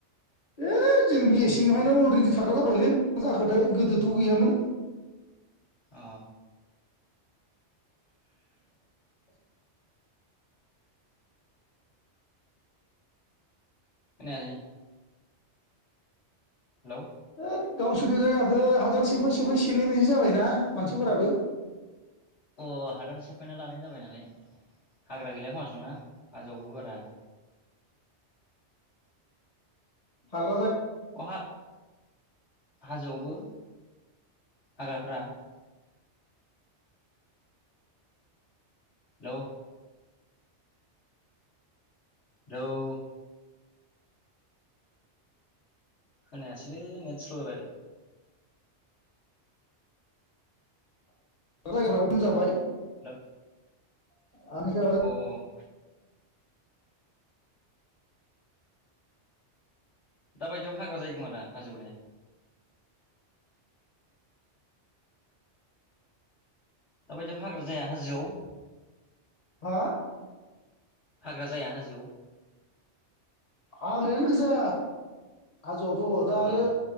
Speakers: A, on the left (about 35°); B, on the left (about 65°).
A: ए जोंनि इस सिंहायनो अलरेडि थाग्रा जाबायलै मा जाखोथाय गोदोथ गैयामोन।
B: अ खोनायासै। हेलौ
A: है गावसोरनि जायगाखो हादान सेफाय सेफाय सेनाय बायदि जाबायना मानसिफोराबो।
B: अ हादान सेफायना लानाय जाबाय नालाय हाग्रा गैला खोमासांना हाजोआवबो बारा।
A: फाल
B: अहा हाजोआवबो हाग्राफोरा हेलौ हेलौ खोनायासैलै नेट स्ल जाबाय।
A: दा जायगाफ्राबो खम जाबाय।
B: <unintelligible>
A: <unintelligible>
B: अ दाबायदियाव हाग्रा जायो खोमा दा हाजोआवलाय दाबायदियाव हाग्रा जाया हाजोआव
A: हा
B: हाग्रा जाया हाजोआव
A: हाग्रायानो गोजा हाजोआवथ' दा आरो
B: अ